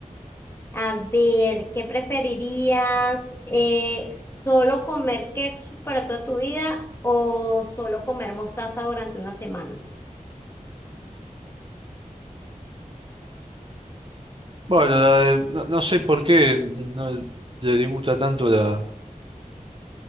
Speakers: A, on the left; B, on the right.
A: A ver, ¿qué preferirías? Eh, ¿solo comer ketchup para toda tu vida o solo comer mostaza durante una semana?
B: Bueno, la de- no, no sé por qué no le disgusta tanto la,